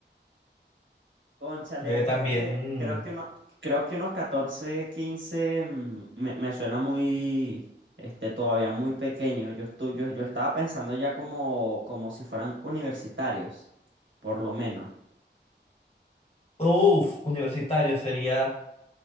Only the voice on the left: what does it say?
Debe también
Uf, universitario sería,